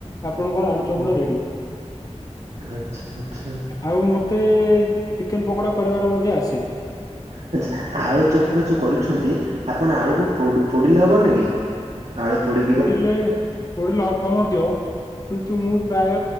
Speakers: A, on the left; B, on the right.
A: ଆପଣଙ୍କର ଆଳୁ ଚ
B: ହୁଁ,
A: ପୁରା ରେଡ଼ି
B: ଆଚ୍ଛା ଆଚ୍ଛା
A: ଆଉ ତେ ଚିକେନ୍ ପକଡ଼ା କରିବାର ମଧ୍ୟ ଆସେ।
B: ଆଚ୍ଛା ଆଳୁ ଚକୁଡ଼ା ଯୋଉ କରୁଛନ୍ତି ଆପଣ ଆଳୁକୁ ପୋଡ଼ି ପୋଡ଼ିଲେ ହବନି କି? ଆଳୁ ପୋଡ଼ି
A: ପୋଡ଼ିଲେ ପୋଡ଼ିଲେ ହଫ ମଧ୍ୟ। କିନ୍ତୁ ମୁଁ ପ୍ରାୟ